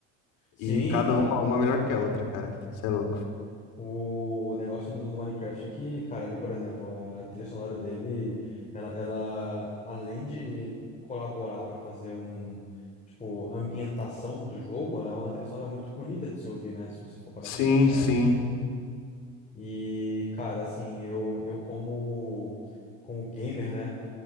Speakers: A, on the left; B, on the left.
A: Sim,
B: E cada
A: sim.
B: uma, uma melhor que a outra, cara. Você é louco.
A: O negócio do, do Minecraft é que, cara, ali, por exemplo, a trilha sonora dele, ela, ela além de colaborar pra fazer um, tipo, ambientação do jogo, ela é uma trilha sonora muito bonita de se ouvir, né? Se você for parar
B: Sim,
A: pra pensar.
B: sim.
A: E, cara, assim, eu, eu como, como gamer, né?